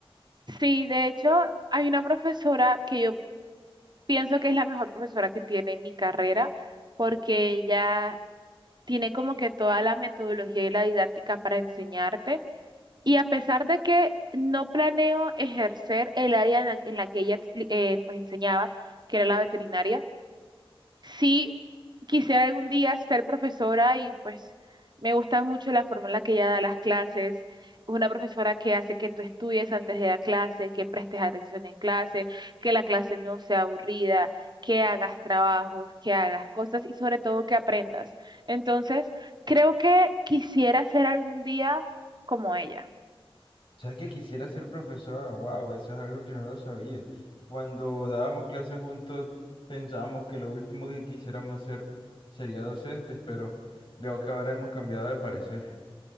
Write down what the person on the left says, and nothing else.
¿Sabes que quisiera ser profesora? Wow, eso es algo que no lo sabía. Cuando dábamos clases juntos pensábamos que lo último que quisiéramos ser sería docentes, pero veo que ahora hemos cambiado de parecer.